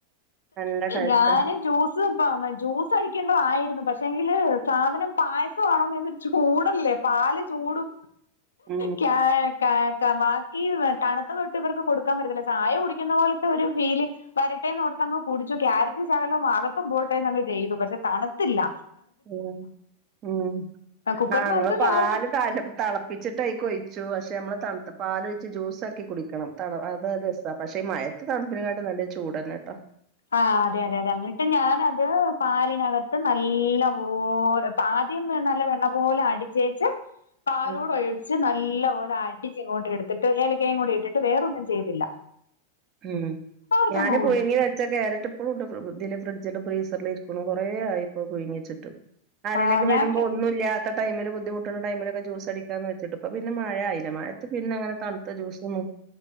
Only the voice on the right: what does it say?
നല്ല ടേസ്റ്റാ
ഉം
ഉം ഉം
ആ ങ്ങൾ പാല്
താലം തളപ്പിച്ചിട്ട്അയ്കൊഴിച്ചു പക്ഷെ നമ്മള് തണ്ത്ത പാലൊഴിച്ച് ജ്യൂസക്കി കുടിക്കണം ത അത് രസാ പക്ഷെ ഈ മയ പൊ തണുപ്പിനെകാട്ട് നല്ല ചൂടന്നെട്ടോ
ഉം
ഉം
ഞാന്
പുഴുങ്ങിത് ല് ന്റെ കേരറ്റ് ഇപ്പോളുണ്ട് ഇതില് ഫ്രിഡ്ജില് ഫ്രീസറിൽ ഇരിക്ണു കുറേ ആയിപ്പോ പ്പൊ പുഴ്ങ്ങിയെച്ചിട്ട്. ആരേലൊക്കെ
വെരുമ്പോ ഒന്നുല്യാ ഇറ്റ ടൈമില് ബുദ്ധിമുട്ട്ണ ടൈമിലൊക്കെ ജ്യൂസ് അടിക്കാന്ന് വെച്ചിട്ട് പ്പ പിന്നെ മഴയയില്ലെ മഴത് പിന്നെ അങ്ങനെ തണുത ജ്യൂസൊന്നും